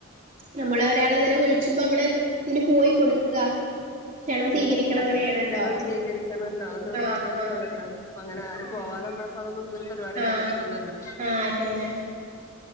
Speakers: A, on the right; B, on the left.
A: ഞമ്മളെ ഒരാള് ഇങ്ങനെ വിളി ച്ചുമ്പം അമ്മള് ഇതിന് പോയി കൊടുക്ക ക്ഷണം സ്വീകരിക്കണം
B: ഉം
A: അങ്ങനെയാണല്ലോ
B: ക്ഷണം
A: ഉം
B: സ്വീകരിക്കണല്ലോ അത് നമ്മക്ക്
A: ആഹ്
B: പറഞ്ഞിട്ടുള്ളതല്ലേ
A: ആഹ്
B: അപ്പ അങ്ങനെ ആരും
A: ഉം
B: പോവാതന്ന <unintelligible> ഒരു പരിപാടിം
A: ആഹ്
B: നടക്കൂല്ലല്ലോ
A: ആഹ് അതന്നെ